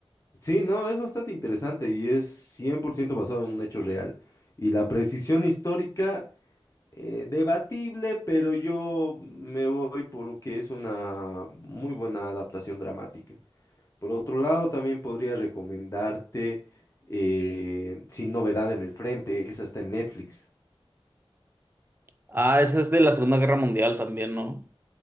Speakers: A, on the left (about 30°); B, on the right (about 20°).
A: Sí, no, es bastante interesante y es 100% basado en un hecho real. Y la precisión histórica, eh, debatible, pero yo me voy porque es una muy buena adaptación dramática. Por otro lado, también podría recomendarte eh, Sin Novedad en el Frente, esa está en Netflix.
B: Ah, esa es de la Segunda Guerra Mundial también, ¿no?